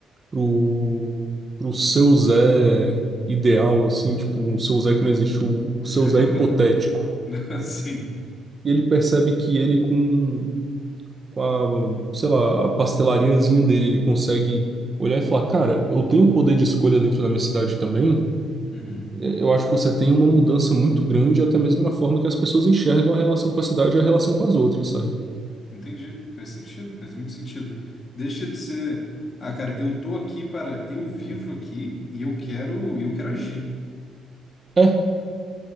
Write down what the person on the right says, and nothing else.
pro, pro seu Zé ideal, assim, tipo, um seu Zé que não existe, o, o
seu Zé hipotético,
e ele percebe que ele com com a, sei lá, a pastelariazinha dele, ele consegue olhar e falar, cara, eu tenho poder de escolha dentro da minha cidade também.
É, Eu acho que você tem uma mudança muito grande, até mesmo na forma que as pessoas enxergam a relação com a cidade e a relação com as outras, sabe?
É,